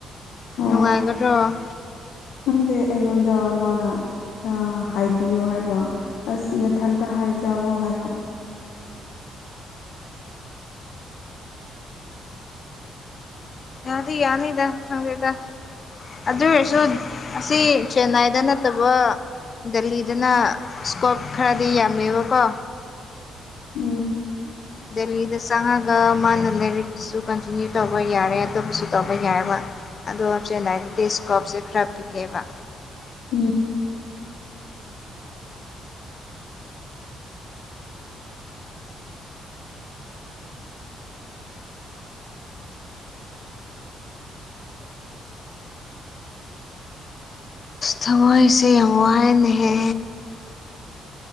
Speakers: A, on the left; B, on the left.
A: ꯍ
B: ꯅꯨꯡꯉꯥꯏꯒꯗ꯭ꯔꯣ
A: ꯎꯪꯗꯦ ꯑꯩꯉꯣꯟꯗ ꯃꯥꯅ ꯑ ꯍꯥꯏꯕꯤꯌꯣ ꯍꯥꯏꯕ ꯑꯁ ꯃꯊꯟꯇ ꯍꯥꯏꯖꯋꯣ ꯍꯥꯏꯕ
B: ꯌꯥꯗꯤ ꯌꯥꯅꯤꯗ ꯍꯪꯦꯗ ꯑꯗꯨ ꯑꯣꯏꯔꯁꯨ ꯑꯁꯤ ꯆꯦꯟꯅꯥꯏꯗ ꯅꯠꯇꯕ ꯗꯦꯜꯂꯤꯗꯅ ꯁ꯭ꯀꯣꯞ ꯈꯔꯗꯤ ꯌꯥꯝꯃꯦꯕꯀꯣ
A: ꯎꯝ
B: ꯗꯦꯜꯂꯤꯗ ꯆꯪꯉꯒ ꯃꯥꯅ ꯂꯥꯏꯔꯤꯛꯀꯤꯁꯨ ꯀꯟꯇꯤꯅ꯭ꯌꯨ ꯇꯧꯕ ꯌꯥꯔꯦ ꯑꯇꯣꯞꯄꯁꯨ ꯇꯧꯕ ꯌꯥꯏꯑꯕ ꯑꯗꯣ ꯍꯥꯞꯆꯦꯟ ꯍꯥꯏꯗꯤ ꯇꯦ ꯏꯁꯀꯣꯞꯁꯦ ꯈꯔ ꯄꯤꯛꯑꯦꯕ
A: ꯎꯝ
B: ꯊꯋꯥꯏꯁꯦ ꯌꯥꯝ ꯋꯥꯏꯅꯍ